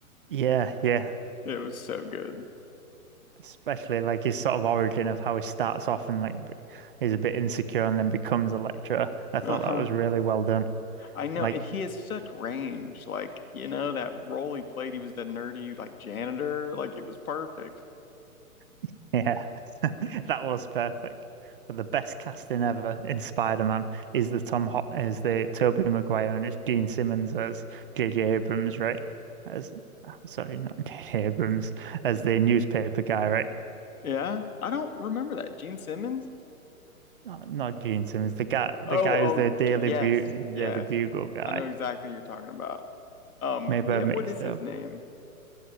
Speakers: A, on the right (about 35°); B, on the left (about 70°).
A: yeah, yeah.
B: it was so good.
A: Especially like his sort of origin of how he starts off and like b- he's a bit insecure and then becomes a lecturer. I thought
B: Uh-huh.
A: that was really well done.
B: I know,
A: Like,
B: and he has such range. Like, you know, that role he played, he was the nerdy like janitor, like it was perfect.
A: <laughs> yeah. <laughs> That was perfect. But the best casting ever in Spider-Man is the Tom Hot is the Tobey Maguire and it's Gene Simmons as J J Abrams, right? As sorry, not <laughs> J.J. Abrams, as the newspaper guy, right?
B: Yeah, I don't remember that. Gene Simmons?
A: Not, not Gene Simmons, the guy
B: Oh,
A: the guy
B: oh,
A: who's the Daily
B: G- yes,
A: Bu
B: yes.
A: Daily Bugle guy.
B: I know exactly who you're talking about. Um,
A: Maybe
B: yeah,
A: I mixed
B: what is
A: up.
B: his name?